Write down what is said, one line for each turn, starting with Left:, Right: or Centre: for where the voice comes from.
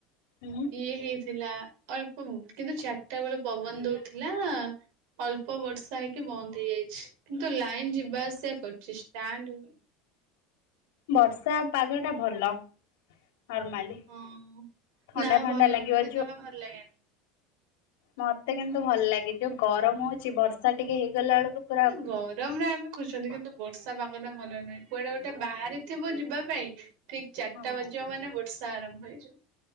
Left: ହୁଁ
Right: ଇଏ ହେଇ- ଥିଲା ଅଳ୍ପ, କିନ୍ତୁ ଚାରିଟା ବେଳେ ପବନ ଦଉଥିଲା। ଅଳ୍ପ ବର୍ଷା ହେଇକି ବନ୍ଦ ହେଇଯାଇଛି କିନ୍ତୁ ଲାଇନ ଯିବ- ବାସ ସେୟା କରଛି। ତା ଠୁ
Left: ବର୍ଷା ପାଗଟା ଭଲ ନର୍ମାଲି
Right: ହଁ,
Left: ଥଣ୍ଡା
Right: ନା
Left: ଥଣ୍ଡା
Right: ଭଲ
Left: ଲାଗିବ
Right: ମୋତେ ଯମା ଭଲ ଲାଗେନି।
Left: ମୋତେ କିନ୍ତୁ ଭଲ ଲାଗେ ଯୋଉ ଗରମ ହଉଛି ବର୍ଷା ଟିକେ ହେଇଗଲା ବେଳକୁ ପୁରା
Right: ଗରମରେ ଆମେ ଖୋଜୁଛନ୍ତି କିନ୍ତୁ ବର୍ଷା ପାଗଟା ଭଲ ନୁହେଁ। କୁଆଡେ ବାହାରିଥିବ ଯିବା ପାଇଁ ଠିକ ଚାରିଟା
Left: ହଁ।
Right: ବାଜିବ ମାନେ ବର୍ଷା ଆରମ୍ଭ ହୋଇଯିବ-